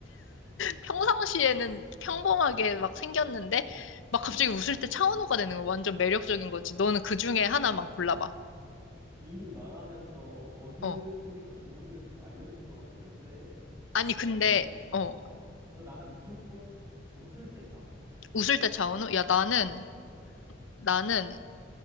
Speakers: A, on the left; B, on the right.
A: 평상시에는 평범하게 막 생겼는데 막 갑자기 웃을 때 차은우가 되는 거 완전 매력적인 거지. 너는 그 중에 하나만 골라봐.
B: 이미 말하면서 어느
A: 어.
B: 쪽이 더 좋은지에 대해서 좀 알려준 것 같긴 한데, <laughs>
A: 아니 근데
B: 나는,
A: 어
B: 어, 그래서 나는 무조건 웃을 때 차원호.
A: 웃을 때 차은우? 야 나는
B: 어.
A: 나는